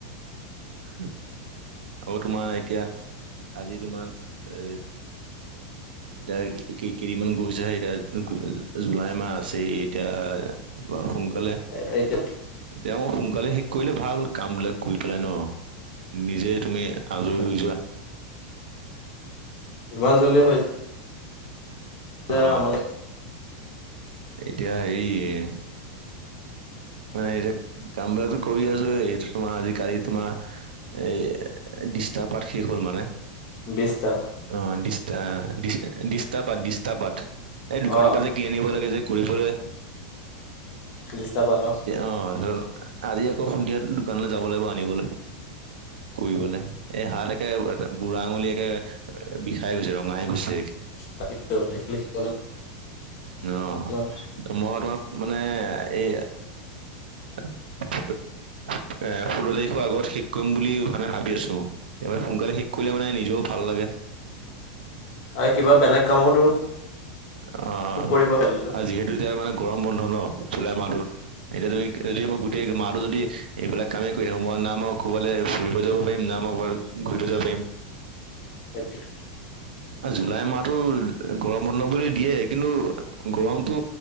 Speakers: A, on the right; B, on the left.
A: আৰু তোমাৰ এতিয়া আজি তোমাৰ এই এতিয়া কেইদিনমান গৈছে এতিয়া জুলাই মাহ আছেই এতিয়া সোনকালে,
B: আৰু এতিয়া
A: তেওঁ সোনকালে শেষ কৰিলে ভাল কাম বিলাক। কৰি পেলাই ন, নিজেই তুমি আজৰি হৈ যোৱা।
B: যিমান জল্দি হৈ যায়, যা
A: অ
B: আমাকে
A: এতিয়া হেৰিএ মানে এতিয়া কাম বিলাকো কৰি আছো এইটো তোমাৰ আজ কালি তোমাৰ এই ডৃষ্টাৰ পাত শেষ হ'ল মানে।
B: বিছটা।
A: অৱ ডিষ্টা ডিষ্ট ডিষ্টাপাত ডিষ্টাপাত এই দোকানৰ
B: অ
A: পৰা যে কিনি আনিব লাগে যে কৰিবলে।
B: ডিষ্টা পাত অ
A: অৱ আজি আকৌ সন্ধিয়া দোকানলৈ যাব লাগিব আনিবলে। কৰিবলে। এই হাত একে বুঢ়া আঙুলিয় একে বিষাই গৈছে ৰঙাই হৈছে।
B: <unintelligible>
A: অৱ।
B: হেল্ল'
A: মই তোমাক মানে এই এ ষোল্ল তাৰিখৰ আগত শেষ কৰিম বুলি মানে ভাবি আছো। এমানে সোনকালে শেষ কৰিলে মানে নিজেও ভাল লাগে।
B: আৰু কিবা বেলেগ কামতো
A: অৱ
B: কৰিব পাৰিলে
A: আৰু যিহেতু এতিয়া মানে গৰম বন্ধ ন জুলাই মাহটো। এতিয়া যদি যদি মই গোটেই মাহটো যদি এইবিলাক কামেই কৰি থাকো মই নাম ম ক'ৰবালৈ ফুৰিব যাব পাৰিম না মোৱাইল ঘূৰিব যাব পাৰিম।
B: সেইটো এ।
A: জুলাই মাহতটো গৰম বন্ধ বুলি দিয়ে কিন্তু গৰমতটো